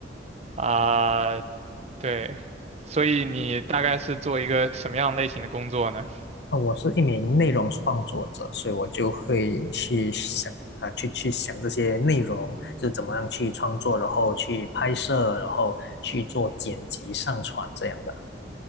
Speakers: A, on the right; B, on the left.
A: 啊、对，所以你大概是做一个什么样类型的工作呢？
B: 呃我是一名内容创作者，所以我就会去想啊，去去想这些内容，就是怎么样去创作，然后去拍摄，然后去做剪辑、上传这样的。